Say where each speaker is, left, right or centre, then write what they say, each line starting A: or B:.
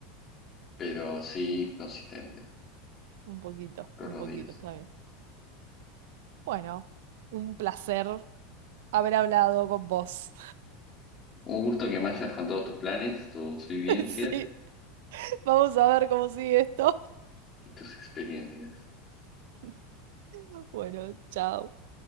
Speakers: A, on the left (about 25°); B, on the right (about 75°).
A: pero sí consistente
B: Un poquito,
A: todos
B: un
A: los
B: poquito,
A: días.
B: está bien. Bueno, un placer haber hablado con vos.
A: Un gusto que me hayas contado tus planes, tus vivencias
B: <laughs> Sí, vamos a ver cómo sigue esto.
A: y tus experiencias.
B: <laughs> Bueno, chao.